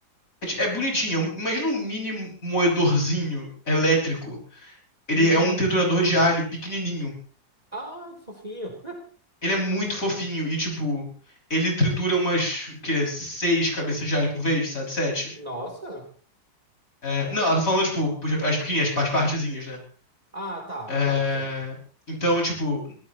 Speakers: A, on the left; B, on the right.
A: É, ti- é bonitinho. é um- Imagina um mini moedorzinho elétrico. Ele
B: Hum.
A: é um triturador de alho pequenininho.
B: Ai, que fofinho.
A: Ele é muito fofinho e, tipo, ele tritura umas, o quê? Seis cabeças de alho por vez, sabe? Sete.
B: Nossa.
A: É, não, ela tá falando, tipo, as pequenas, as partezinhas, né?
B: Ah, tá.
A: É,
B: Não, certo.
A: então, tipo,